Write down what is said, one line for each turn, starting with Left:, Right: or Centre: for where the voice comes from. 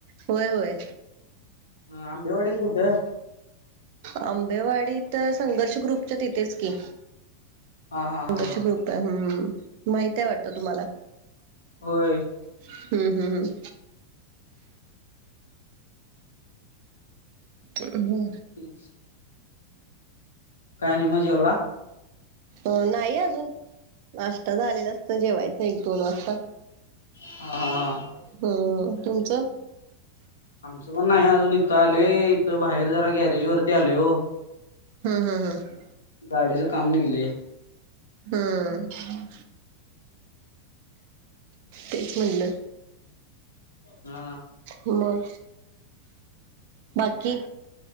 Right: होय होय
Left: ह अंबे वाडत कुठ
Right: आंबेवाडी तर संघर्ष ग्रुपच्या तिथेच की
Left: हा हा हा
Right: दश
Left: हा
Right: ग्रुप आहे हम्म माहित आहेय वाटतं तुम्हाला
Left: होय
Right: हम् हम् हम् हो
Left: ते नाही मग जेवला
Right: अ नाही अजुन- नाश्ता झालेला असत जेवायचं एक दोन वाजता
Left: हा हा हा
Right: हम तुमचं
Left: आमचं पण नाही अजून इथं आलेय इथं बाहेर जरा गॅरेज वरती आले हो
Right: हम् हम हम्
Left: गाडीचं काम निघलय
Right: हम्म तेच म्हणलं
Left: हा
Right: मग बाकी